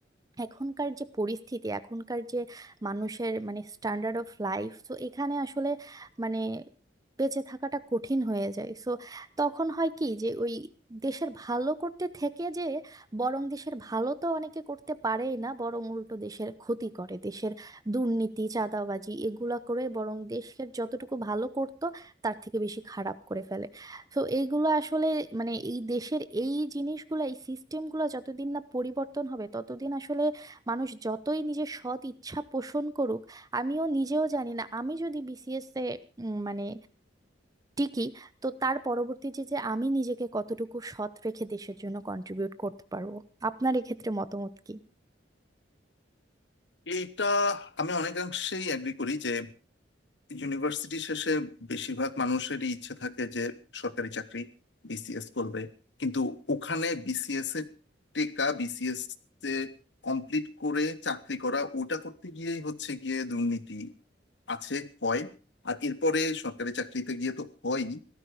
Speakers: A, on the right (about 20°); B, on the left (about 70°).
A: এখনকার যে পরিস্থিতি এখনকার যে মানুষের মানে স্ট্যান্ডার্ড অফ লাইফ তো এখানে আসলে মানে বেঁচে থাকাটা কঠিন হয়ে যায় সো তখন হয় কি যে ওই দেশের ভালো করতে থেকে যে বরং দেশের ভালো তো অনেকে করতে পারেই না বরং উল্টো দেশের ক্ষতি করে দেশের দুর্নীতি চাঁদাবাজি এগুলা করে বরং দেশের যতটুকু ভালো করতো তার থেকে বেশি খারাপ করে ফেলে তো এইগুলো আসলে মানে এই দেশের এই জিনিসগুলো এই সিস্টেমগুলো যতদিন না পরিবর্তন হবে ততদিন আসলে মানুষ যতই নিজের সৎ ইচ্ছা পোষণ করুক আমিও নিজেও জানি না আমি যদি বিসিএস এ উম, মানে টিকি তো তার পরবর্তী যে যে আমি নিজেকে কতটুকু সৎ রেখে দেশের জন্য কন্ট্রিবিউট করতে পারবো আপনার এক্ষেত্রে মতামত কি
B: এইটা আমি অনেকাংশেই এগ্রি করি যে ইউনিভার্সিটি শেষে বেশিরভাগ মানুষেরই ইচ্ছে থাকে যে সরকারি চাকরি বিসিএস করবে কিন্তু ওখানে বিসিএস এর টেকা বিসিএস এ কমপ্লিট করে চাকরি করা ওটা করতে গিয়েই হচ্ছে গিয়ে দুর্নীতি আছে হয় আর এরপরে সরকারি চাকরিতে গিয়ে তো হয়ই